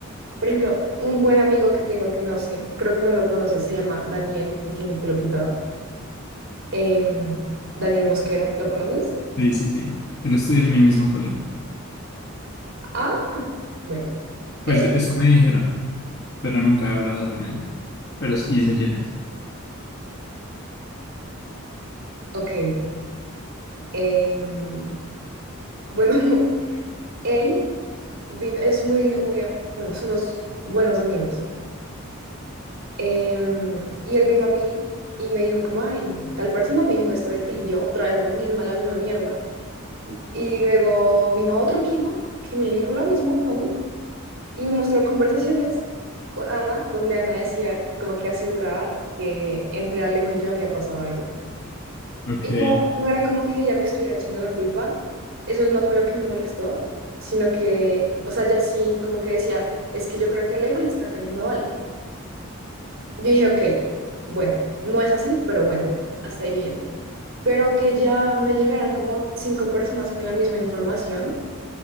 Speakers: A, on the right; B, on the left.
A: Por ejemplo, un buen amigo que tengo que no sé, creo que no lo conoces, se llama Daniel y tiene el pelo pintado. Em, Daniel Mosquera, ¿lo conoces?
B: sí, sí. sí. Él estudia en mi mismo colegio.
A: Ah, bueno,
B: Pues
A: él,
B: e- eso me dijeron, pero nunca he hablado con él. Pero s- y sé quién es.
A: ok. Em, bueno, <laughs> él vino, es muy, muy, a- bueno, somos buenos amigos. Em, y él vino a mí y me dijo como, ay, tal persona me dijo esto de ti y yo otra vez lo mismo, la misma mierda. Y luego vino otro amigo que me dijo lo mismo, Tommy y me mostró conversaciones con Ana, donde Ana decía como que aseguraba que entre Alejo y yo había pasado algo.
B: Ok,
A: Y no no era como que ella me estuviera echando la culpa, eso no fue lo que me molestó, sino que, o sea, ya sí como que decía, es que yo creo que Alejo le está cayendo a Vale. Yo dije, ok, bueno, no es así, pero bueno, hasta ahí bien. Pero que ya me llegaran como cinco personas con la misma información,